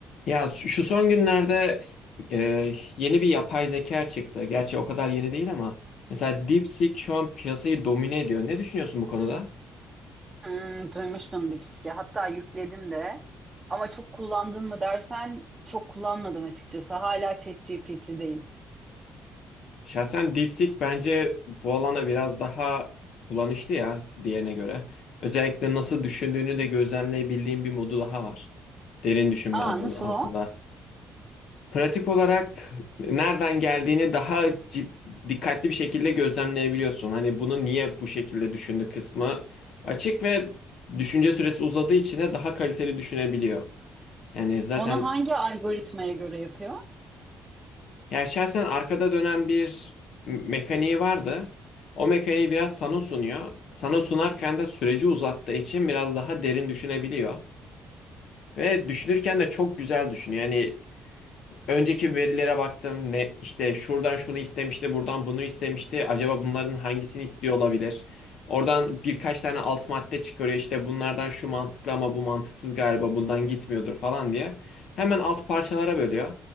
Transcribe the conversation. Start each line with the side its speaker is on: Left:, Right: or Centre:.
Left: Ya şu şu son günlerde e, yeni bir yapay zeka çıktı. Gerçi o kadar yeni değil ama mesela DeepSeek şu an piyasayı domine ediyor. Ne düşünüyorsun bu konuda?
Right: Hmm, duymuştum Lipski. Hatta yükledim de. Ama çok kullandın mı dersen çok kullanmadım açıkçası. Hala ChatGPT'deyim.
Left: Şahsen DeepSeek bence bu alana biraz daha kullanışlı ya diğerine göre. Özellikle nasıl düşündüğünü de gözlemleyebildiğim bir modu daha var. Derin düşünme
Right: Aa
Left: adı
Right: nasıl
Left: altında.
Right: o?
Left: Pratik olarak nereden geldiğini daha cid- dikkatli bir şekilde gözlemleyebiliyorsun. Hani bunu niye bu şekilde düşündü kısmı açık ve düşünce süresi uzadığı için de daha kaliteli düşünebiliyor. Yani zaten
Right: Onu hangi algoritmaya göre yapıyor?
Left: ya şahsen arkada dönen bir m- mekaniği vardı. O mekaniği biraz sana sunuyor. Sana sunarken de süreci uzattığı için biraz daha derin düşünebiliyor. Ve düşünürken de çok güzel düşünüyor. Yani önceki verilere baktım. Ne işte şuradan şunu istemişti, buradan bunu istemişti. Acaba bunların hangisini istiyor olabilir? Oradan birkaç tane alt madde çıkarıyor. İşte bunlardan şu mantıklı ama bu mantıksız galiba. Bundan gitmiyordur falan diye. Hemen alt parçalara bölüyor.